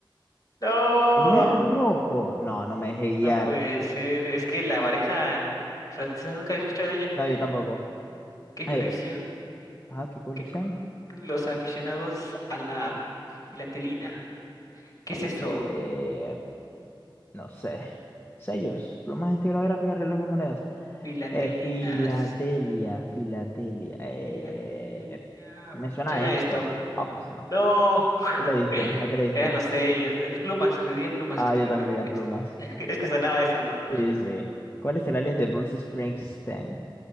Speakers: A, on the left; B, on the left.
A: ¡No!
B: ¿Era rojo? No, no me dejé guiar.
A: No puede ser. Es que la pareja francesa nunca había escuchado de ella.
B: No, yo tampoco.
A: ¿Qué
B: Eh,
A: colección?
B: Ajá, ¿qué colección?
A: ¿Qué co- los aficionados a la filatelina? ¿Qué es eso?
B: Eh, no sé. Sellos, plumas estilográficas, relojes, monedas.
A: Filatelinas.
B: Eh, filatelia, filatelia. eh,
A: Filatelia.
B: me suena
A: Suena
B: a
A: a
B: esto.
A: esto.
B: Ah, pues no.
A: No. <laughs>
B: ¿Qué le diste? ¿A qué le diste?
A: Eran los sellos. eh, Plumas. Le di a plumas
B: Ah,
A: estilográficas.
B: yo también le di a plumas.
A: <laughs> Es que sonaba eso, ¿no?
B: Sí, sí. ¿Cuál es el alias de Bruce Springsteen?